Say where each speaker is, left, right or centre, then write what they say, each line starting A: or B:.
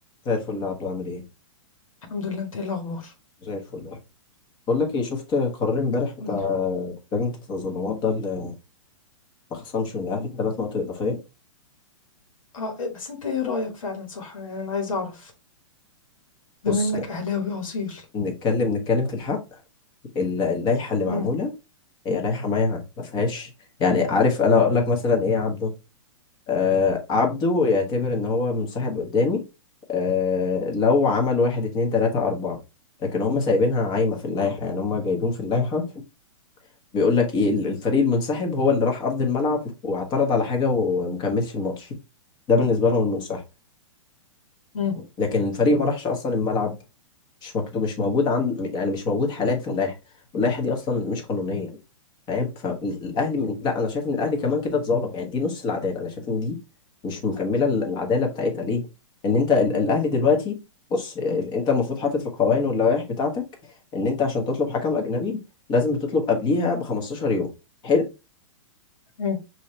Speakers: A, on the left; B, on the left.
A: زي الفل يا عبدو عامل ايه
B: الحمد لله انت ايه الاخبار
A: زي الفل بقول لك ايه شفت قرار امبارح بتاع
B: قولي
A: لجنة التظلمات ده اللي ما خصمش من الاهلي ثلاث نقط اضافية
B: اه إيه، بس انت ايه رايك فعلا صح يعني انا عايز اعرف
A: بص
B: بما انك اهلاوي اصيل
A: نتكلم نتكلم في الحق ال- اللائحة اللي معمولة
B: امم
A: هي لائحة مايعة ما فيهاش يعني عارف انا اقول لك مثلا ايه يا عبدو آه عبدو يعتبر ان هو منسحب قدامي آه لو عمل واحد اتنين تلاتة اربعة لكن هم سايبينها عايمة في اللائحة يعني هم جايبين في اللائحة بيقول لك ايه ال- الفريق المنسحب هو اللي راح ارض الملعب واعترض على حاجه ومكملش الماتش ده بالنسبه لهم المنسحب
B: امم
A: لكن الفريق ما راحش اصلا الملعب مش مكتوب مش موجود عند يعني مش موجود حالات في اللائحه واللائحه دي اصلا مش قانونيه فاهم فالاهلي من... لا انا شايف ان الاهلي كمان كده اتظلم يعني دي نص العداله انا شايف ان دي مش مكمله ال- العداله بتاعتها ليه ان انت ال... الاهلي دلوقتي بص ال- انت المفروض حاطط في القوانين واللوائح بتاعتك ان انت عشان تطلب حكم اجنبي لازم بتطلب قبليها ب 15 يوم حلو.
B: تمام